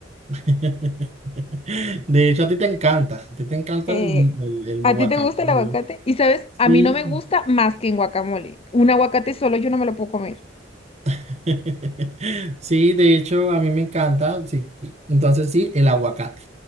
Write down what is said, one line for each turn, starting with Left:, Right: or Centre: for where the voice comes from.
Right: <laughs> De hecho, a ti te encanta, a ti te encanta
Left: eh,
Right: el, el- el
Left: ¿a
Right: guacamole.
Left: ti te gusta el aguacate? Y sabes, a
Right: Sí,
Left: mí no me gusta más que en guacamole. Un aguacate solo yo no me lo puedo comer.
Right: <laughs> Sí, de hecho, a mí me encanta. Sí. Entonces, sí, el aguacate.